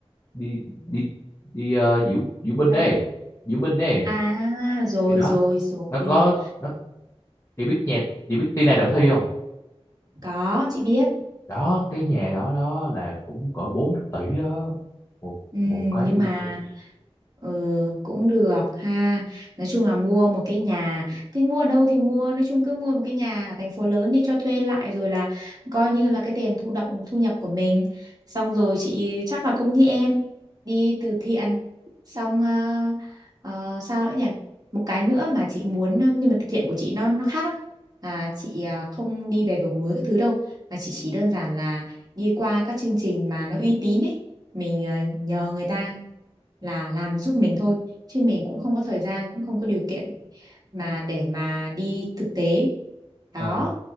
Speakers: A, on the left; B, on the right.
A: đi đi đi ờ, diễu diễu binh
B: Đâu.
A: đấy diễu binh đấy
B: À rồi
A: thì đó
B: rồi rồi
A: nó có nó chị biết nhà chị biết Tina Đạo Thi không
B: Có chị biết
A: đó cái nhà đó đó là cũng cỡ 4 tỷ đó một
B: Ừ,
A: một cái
B: nhưng
A: chung
B: mà
A: cư
B: ừ, cũng được ha. Nói chung là mua một cái nhà. Thì mua ở đâu thì mua, nói chung cứ mua một cái nhà ở thành phố lớn đi cho thuê lại rồi là coi như là cái tiền thụ động thu nhập của mình. Xong rồi chị chắc là cũng như em đi từ thiện. Xong ờ, ờ, sao nữa nhỉ? Một cái nữa mà chị muốn ờ, nhưng mà từ thiện của chị nó nó khác lắm. Là chị ờ, không đi về vùng núi các thứ đâu mà chị chỉ đơn giản là đi qua các chương trình mà nó uy tín ấy mình ờ, nhờ người ta là làm giúp mình thôi chứ mình cũng không có thời gian cũng không có điều kiện mà để mà đi thực tế đó
A: À.